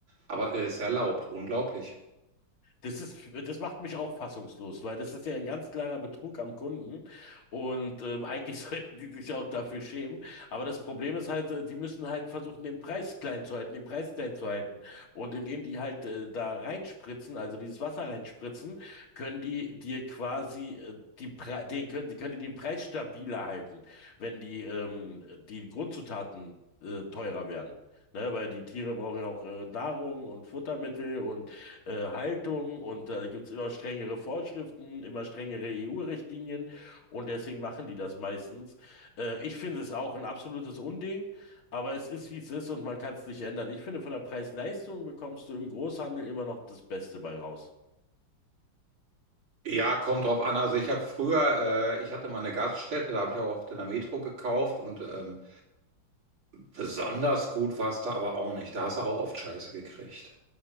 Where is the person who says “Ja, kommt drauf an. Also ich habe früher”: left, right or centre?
Right